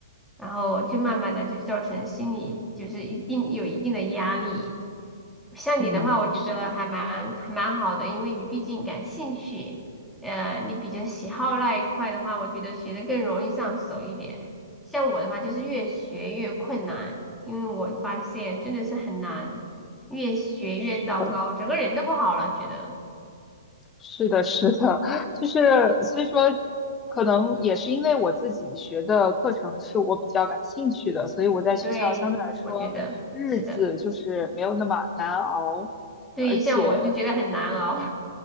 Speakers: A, in the centre; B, on the left.
A: 然后就慢慢的就造成心理就是一定有一定的压力。像你的话，
B: 嗯，
A: 我觉得还蛮还蛮好的，
B: 是的，
A: 因为你毕竟感兴趣，呃，你比较喜好那一块的话，我觉得学的更容易上手一点。像我的话，就是越学越困难，因为我发现真的是很难，越学越糟糕，
B: 是的。
A: 整个人都不好了，觉得。
B: 是的，是的，<laughs> 就是所以说，可能也是因为我自己学的课程是我比较感兴趣的，所以我在学校相对来说日子就是没有那么难熬，
A: 对，我觉得是的，对，
B: 而且，
A: 像我都觉得很难熬。